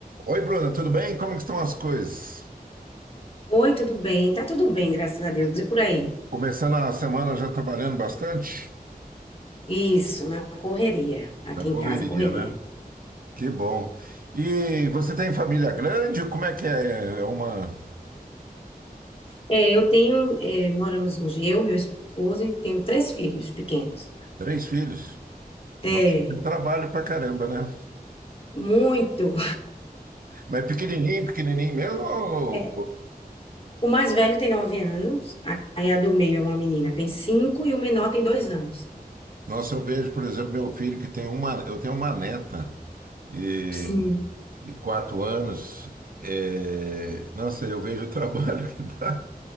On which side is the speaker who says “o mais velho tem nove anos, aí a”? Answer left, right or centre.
Left